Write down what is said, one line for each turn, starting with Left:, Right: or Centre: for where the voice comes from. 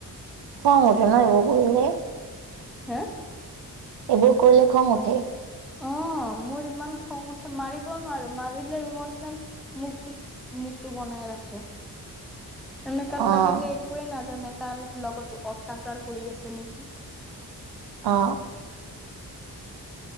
Right: খং উঠে ন এইবোৰ কৰিলে
Centre: হা
Right: এইবোৰ কৰিলে খং উঠে
Centre: অ মোৰ ইমান খং উঠে মাৰিব নোৱাৰো মাৰিলে ইমচনেল মুখটো মুখটো বনাই ৰাখে এনেকোৱা
Right: অ',
Centre: লাগে যে একোৱেই ন জনে তাৰ লগত অত্যাচাৰ কৰি আছে নেকি
Right: অ